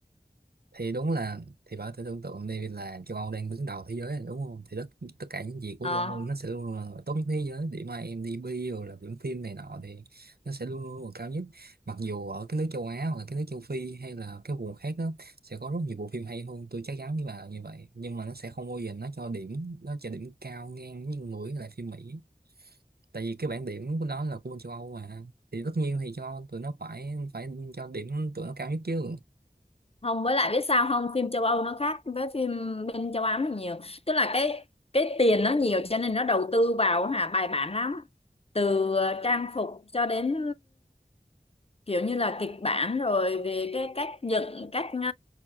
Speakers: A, on the right (about 70°); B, on the left (about 35°).
A: thì đúng là thì bảo thử tưởng tượng đi là châu Âu đang đứng đầu thế giới này, đúng không thì tất tất cả những gì của
B: Ờ,
A: châu Âu nó sẽ luôn luôn là tốt nhất thế giới điểm IMDb rồi là điểm phim này nọ thì nó sẽ luôn luôn là cao nhất mặc dù ở cái nước châu Á hoặc là cái nước châu Phi hay là cái vùng khác đó sẽ có rất nhiều bộ phim hay hơn tôi chắc chắn với bà là như vậy nhưng mà nó sẽ không bao giờ nó cho điểm nó cho điểm cao ngang như mũi lại phim Mỹ tại vì cái bảng điểm của nó là của bên châu Âu mà thì tất nhiên thì châu Âu tụi nó phải phải cho điểm tụi nó cao nhất chứ
B: không với lại biết sao không, phim châu Âu nó khác với phim bên châu Á mình nhiều. Tức là cái cái tiền nó nhiều cho nên nó đầu tư vào hả bài bản lắm. Từ ờ, trang phục cho đến kiểu như là kịch bản rồi về cái cách dựng cách